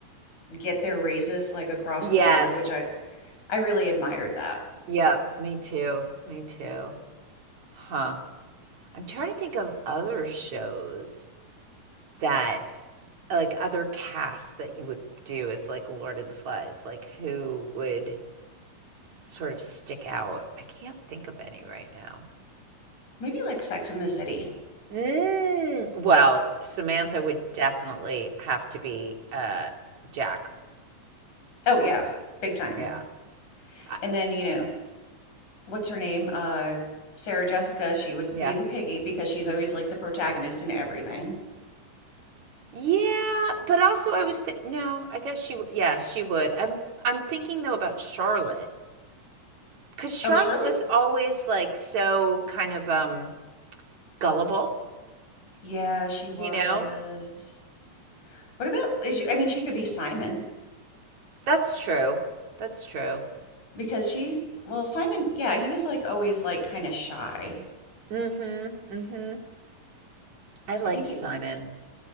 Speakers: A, on the left (about 60°); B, on the right (about 60°).
A: get their raises like across
B: yes
A: the board, which I I really admired that.
B: yep me too me too huh i'm trying to think of other shows that like other casts that you would do as like lord of the flies like who would sort of stick out i can't think of any right now
A: Maybe like Sex in the City.
B: Mm, well, Samantha would definitely have to be, uh, Jack.
A: Oh yeah, big time.
B: Yeah. I
A: And then, you know, what's her name? Uh Sarah Jessica, she would
B: Yeah.
A: be the piggy because she's always like the protagonist in everything.
B: yeah, but also I was thi no, I guess she w yeah, she would. I'm I'm thinking though about Charlotte because Charlotte
A: Oh, Charlotte?
B: was always, like, so kind of, um, gullible,
A: Yeah, she was.
B: you know?
A: What about, is she- I mean, she could be Simon.
B: That's true. That's true.
A: Because she, well, Simon, yeah, he was like always like kind of shy.
B: Mhm, mhm. I liked
A: I think
B: Simon.
A: he,